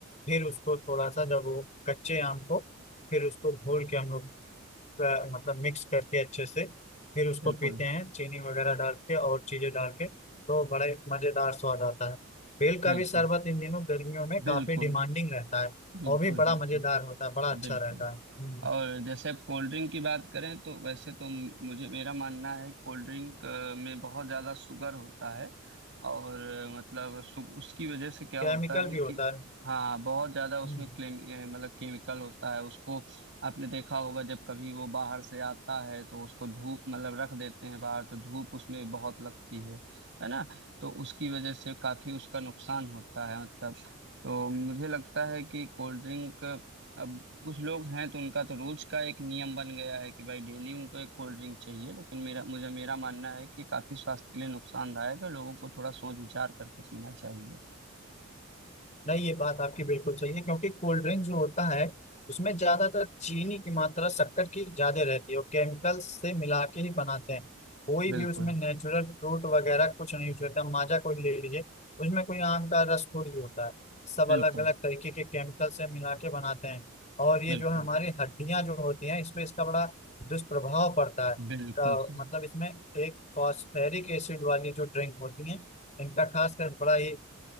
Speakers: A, on the left; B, on the right.
A: फिर उसको थोड़ा सा जब वो कच्चे आम को फिर उसको घोल के हम लोग अ, मतलब मिक्स करके अच्छे से फिर उसको
B: बिल्कुल
A: पीते हैं चीनी वगैरह डाल के और चीजें डाल के तो बड़े मजेदार स्वाद आता है बेल का
B: बिल्कुल
A: भी शरबत इन दिनों गर्मियों में काफी
B: बिल्कुल
A: डिमांडिंग रहता है
B: बिल्कुल
A: और भी बड़ा
B: बिल्कुल
A: मजेदार होता है बड़ा अच्छा
B: बिल्कुल
A: रहता है हम्म,
B: और जैसे आप कोल्ड ड्रिंक की बात करें तो वैसे तो मुझे मेरा मानना है कोल्ड ड्रिंक अ, में बहुत ज़्यादा शुगर होता है और अ, मतलब सु- उसकी वजह से क्या होता
A: केमिकल
B: है
A: भी
B: कि
A: होता है
B: हाँ बहुत ज़्यादा उसमें
A: हम्म,
B: क्लेम अ, मतलब केमिकल होता है उसको आपने देखा होगा जब कभी वो बाहर से आता है तो उसको धूप मतलब रख देते हैं बाहर तो धूप उसमें बहुत लगती है है ना तो उसकी वजह से काफ़ी उसका नुकसान होता है मतलब तो मुझे लगता है कि कोल्ड ड्रिंक अब कुछ लोग हैं तो उनका तो रोज का एक नियम बन गया है कि भाई डेली उनको एक कोल्ड ड्रिंक चाहिए लेकिन मेरा मुझे मेरा मानना है कि काफी स्वास्थ्य के लिए नुकसानदायक है लोगों को थोड़ा सोच विचार करके पीना चाहिए
A: नहीं ये बात आपकी बिल्कुल सही है क्योंकि कोल्ड ड्रिंक जो होता है उसमें ज्यादातर चीनी की मात्रा शक्कर की ज्यादा रहती है और केमिकल्स से मिला के ही बनाते हैं कोई
B: बिल्कुल
A: भी उसमें नेचुरल फ्रूट वगैरह कुछ नहीं यूज करता माजा कोई ले लीजिए उसमें कोई आम का रस थोड़ी होता है सब
B: बिल्कुल
A: अलग अलग तरीके के केमिकल से मिला के बनाते हैं और ये
B: बिल्कुल
A: जो है हमारी हड्डियां जो होती हैं इस पे इसका बड़ा दुष्प्रभाव पड़ता है
B: बिल्कुल
A: का,
B: सही
A: मतलब इसमें एक फॉस्फेरिक एसिड वाली जो ड्रिंक होती है इनका खासकर बड़ा ही